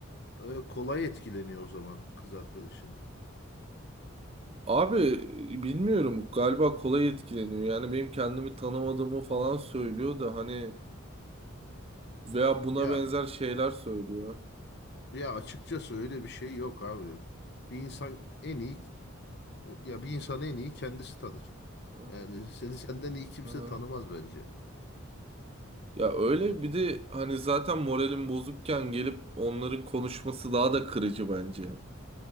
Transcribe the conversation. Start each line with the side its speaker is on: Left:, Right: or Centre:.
Left: e, kolay etkileniyor o zaman kız arkadaşın.
Right: Abi bilmiyorum galiba kolay etkileniyor. Yani benim kendimi tanımadığımı falan söylüyor da hani veya buna
Left: Ya
Right: benzer şeyler söylüyor.
Left: ya açıkçası öyle bir şey yok abi. Bir insan en iyi ya bir insan en iyi kendisi tanır.
Right: Ha,
Left: Yani <laughs> seni senden iyi kimse
Right: ha.
Left: tanımaz bence.
Right: Ya öyle bir de hani zaten moralim bozukken gelip onların konuşması daha da kırıcı bence.